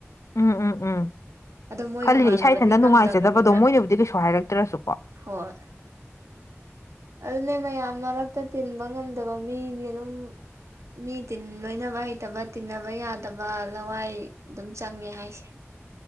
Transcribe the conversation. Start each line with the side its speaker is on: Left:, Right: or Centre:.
Left: ꯎꯝ ꯎꯝ ꯎꯝ
Right: ꯑꯗꯣ ꯃꯣꯏꯒ
Left: ꯈꯜꯂꯤꯅꯦ
Right: ꯃꯥꯟꯅꯕꯗꯤ
Left: ꯏꯁꯥ ꯏꯊꯟꯇ
Right: ꯉꯝꯗꯕꯅꯤꯅ
Left: ꯅꯨꯡꯉꯥꯏꯖꯗꯕꯗꯣ ꯃꯣꯏꯅꯕꯨꯗꯤ ꯀꯩꯁꯨꯨꯝ ꯍꯥꯏꯔꯛꯇ꯭ꯔꯁꯨꯄꯥ
Right: ꯍꯣꯏ ꯑꯗꯨꯅꯦ ꯃꯌꯥꯝ ꯃꯔꯛꯇ ꯇꯤꯟꯕ ꯉꯝꯗꯕ ꯃꯤꯗꯤ ꯑꯗꯨꯝ ꯃꯤ ꯇꯤꯟ ꯂꯣꯏꯅꯕ ꯍꯩꯇꯕ ꯇꯤꯟꯅꯕ ꯌꯥꯗꯕ ꯂꯋꯥꯏ ꯑꯗꯨꯝ ꯆꯪꯉꯦ ꯍꯥꯏꯁꯦ